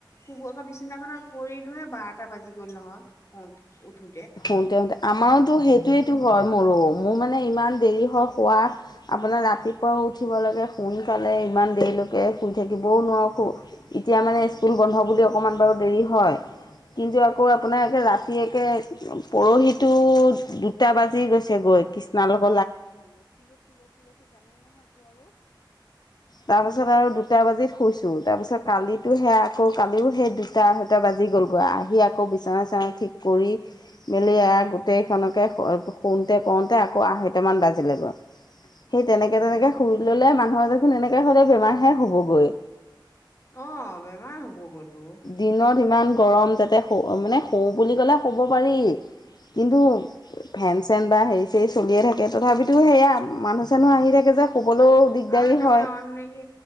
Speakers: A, on the left; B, on the left.
A: শুব বিচিনাখননৰ পৰিলোহে বাৰটা বাজি গ'ল নহয় ক উঠো
B: সতেতে আমাৰো সেইটোয়েইটো হয় মোৰো মোৰ মানে ইমান দেৰি হয় শোৱা আপোনাৰ ৰাতিপুৱাও উঠিব লাগে সোনকালে ইমান দেৰিলৈকে শুই থাকিবও নোৱাৰোকো এতিয়া মানে স্কুল বন্ধ বুলি অকণমান বাৰু দেৰি হয় কিন্তু আকৌ আপোনাৰে ৰাতি এক একে পৰহিটো দুটা বাজি গৈছে গৈ কৃষ্ণাল <inaudible> তাৰপাছত আৰু দুটা বাজিতুইছো তাৰ পিছ কিতো সেয়া আকৌ কালিও সেই দুটা আঢ়টা বাজি গ'ল আহি আকৌ বিচনা চ ঠিক কৰি মেলে আ গো গোটেইখনকে শুওঁতে কওঁতে আকৌ আঢ়ৈটামান বাজিলেগৈ সেই তেনেকৈ
A: উম
B: তেনেকৈ শুই ল'লে মানুহৰ এনেকে হলে বেমাৰ হে হ'বগৈ
A: অ' বেমাৰ হ'ব গ'তো।
B: দিনত ইমান গৰম তাতে শ মানে শওঁ বুলি ক'লে শ'ব পাৰি, কিন্তু ফেন চেন বা হেৰি চেৰি চলিয়ে থাকে তথাপিতো সেয়া মানুহ চেনহ আহি থাকে যে শুবলৈও দিগদাৰী
A: আৰু তাৰমানে
B: হয়।
A: অন নেকি।